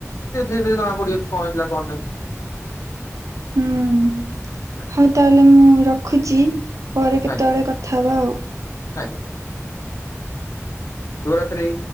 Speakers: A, on the left (about 80°); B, on the right (about 80°).
A: ସେ ଧୀରେ ଧୀରେ ଜଣା ପଡିବ କି କଣ ହେଇଥିଲା କଣ ନାଇଁ।
B: ହୁଁ ହୁଁ।
A: ଆଜ୍ଞା
B: ହଉ ତାହେଲେ ମୁଁ ରଖୁଛି ପରେ କେତେବେଳେ
A: ଆଜ୍ଞା
B: କଥା ହବା ଆଉ।
A: ଆଜ୍ଞା। ଶୁଭ ରାତ୍ରି।